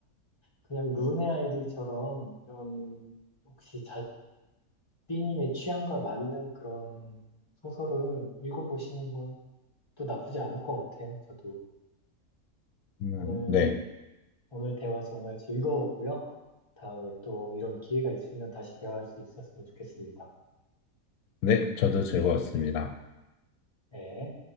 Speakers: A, on the left; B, on the left.
A: 그냥 룬의 아이들처럼 이런 혹시 잘삐님의 취향과 맞는 그런 소설을 읽어보시는 건 또 나쁘지 않을 것 같아요. 저도
B: 음,
A: 오늘
B: 네.
A: 오늘 대화 정말 즐거웠고요. 다음에 또 이런 기회가 있으면 다시 대화할 수 있었으면 좋겠습니다.
B: 네, 저도 즐거웠습니다.
A: 네.